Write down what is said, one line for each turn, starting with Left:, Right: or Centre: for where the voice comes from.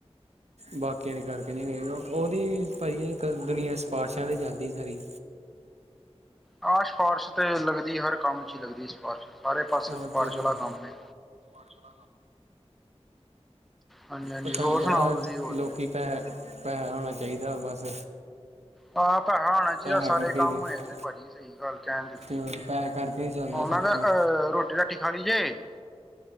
Right: ਬਾਕੀਆਂ ਦੇ ਕਰਕੇ ਨਹੀਂ ਗਏ। ਉਹਦੀ ਭਾਜੀ ਦੁਨੀਆਂ ਸਿਫਾਰਸ਼ਾਂ ਤੇ ਚੱਲਦੀ ਸਾਰੀ।
Centre: ਹਾਂ ਸਿਫਾਰਸ਼ ਤੇ ਲੱਗਦੀ ਹਰ ਕੰਮ 'ਚ ਹੀ ਲੱਗਦੀ ਸਿਫਾਰਸ਼। ਸਾਰੇ ਪਾਸੇ
Right: ਹਾਂ
Centre: ਸਿਫਾਰਸ਼
Right: ਤੇ ਫਿਰ।
Centre: ਵਾਲਾ ਕੰਮ ਹੈ ਹਾਂਜੀ ਹਾਂਜੀ
Right: ਤੇ ਤੁਹਾਨੂੰ
Centre: ਹੋਰ
Right: ਪਤਾ
Centre: ਸੁਣਾਓ ਤੁਸੀਂ ਹੋਰ
Right: ਲੋਕੀਂ ਪੈਸ ਪੈਸਾ ਹੋਣਾ ਚਾਹੀਦਾ ਬਸ।
Centre: ਆਹ ਪੈਸਾ ਆਉਣਾ ਚਾਹੀਦਾ
Right: ਪੈਸਾ
Centre: ਸਾਰੇ
Right: ਕਰਕੇ
Centre: ਕੰਮ
Right: ਤੇ
Centre: ਹੋ ਜਾਂਦੇ ਭਾਜੀ ਸਹੀ ਗੱਲ ਕਹਿਣਦੇ ਤੁਸੀਂ।
Right: ਹੋਰ ਪੈਸਾ ਕਰਕੇ ਚੱਲਦਾ
Centre: ਉਹਨਾਂ
Right: ਸਭ
Centre: ਦਾ
Right: ਕੁ
Centre: ਅਹ ਰੋਟੀ ਰਾਟੀ ਖਾ ਲਈ ਜੇ।